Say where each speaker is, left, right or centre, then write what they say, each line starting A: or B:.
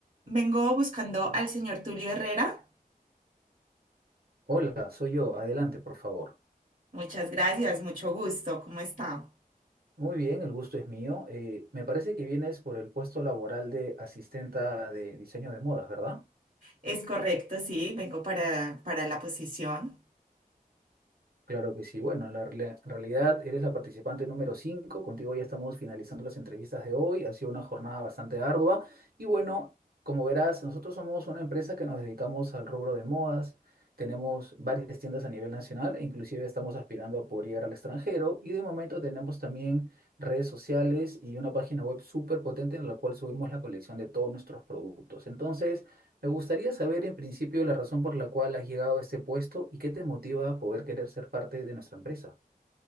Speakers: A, on the right (about 55°); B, on the right (about 80°).
A: Vengo buscando al señor Tulio Herrera.
B: Hola, soy yo. Adelante, por favor.
A: Muchas gracias, mucho gusto. ¿Cómo está?
B: Muy bien, el gusto es mío. Eh, me parece que vienes por el puesto laboral de asistenta de diseño de modas, ¿verdad?
A: Es correcto, sí, vengo para, para la posición.
B: Claro que sí. Bueno, la reali- realidad eres la participante número 5. Contigo ya estamos finalizando las entrevistas de hoy. Ha sido una jornada bastante ardua. Y bueno, como verás, nosotros somos una empresa que nos dedicamos al rubro de modas. Tenemos varias tiendas a nivel nacional, e inclusive estamos aspirando a poder llegar al extranjero. Y de momento tenemos también redes sociales y una página web súper potente en la cual subimos la colección de todos nuestros productos. Entonces, me gustaría saber en principio la razón por la cual has llegado a este puesto y qué te motiva a poder querer ser parte de nuestra empresa.